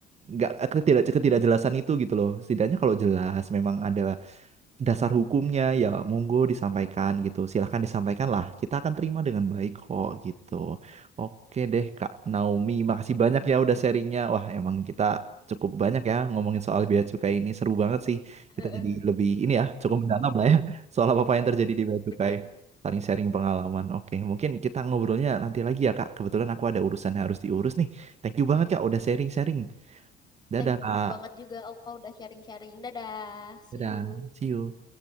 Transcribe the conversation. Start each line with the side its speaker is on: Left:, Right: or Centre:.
Right: nggak ketidak ketidakjelasan itu gitu loh. Setidaknya kalau jelas memang ada dasar hukumnya ya monggo disampaikan gitu. Silahkan disampaikan lah. Kita akan terima dengan baik kok gitu. Oke deh Kak Naomi, makasih banyak ya udah sharingnya. Wah emang kita cukup banyak ya ngomongin soal bea cukai ini. Seru banget sih.
Left: <laughs>
Right: Kita jadi lebih ini ya cukup mendalam lah ya <laughs> soal apa-apa yang terjadi di bea cukai.
Left: Bener.
Right: Saling sharing pengalaman. Oke, mungkin kita ngobrolnya nanti lagi ya Kak. Kebetulan aku ada urusan yang harus diurus nih. Thank you banget Kak udah sharing-sharing. Dadah
Left: Thank
Right: Kak.
Left: you banget juga Alfa udah sharing-sharing. Dadah, see
Right: Dadah.
Left: you.
Right: See you.